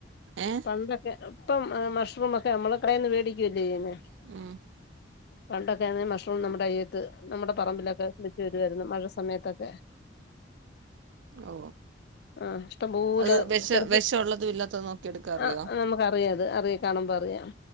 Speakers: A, on the right (about 75°); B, on the left (about 60°).
A: ഏ
B: പണ്ടൊക്കെ ഇപ്പം മഷ്റൂമൊക്കെ നമ്മള് കടയന്ന് വേടിക്കല്ലേ യ്യന്നേ
A: <inaudible>
B: പണ്ടൊക്കെന് മഷ് നമ്മുടെ അയ്യത്ത് നമ്മുടെ പറമ്പിലൊക്കെ വെച്ചു വരുവായിരുന്നു മഴ സമയത്തൊക്കെ
A: ഓ
B: ആ ഇഷ്ടംപൂല
A: അത് വിഷ
B: ചെലപ്പ
A: വിഷമുള്ളതും ഇല്ലാത്തതും നോക്കി എടുക്കാൻ അറിയോ
B: ആ നമുക്ക് അറിയാത് അറിയാം കാണുമ്പോ അറിയാം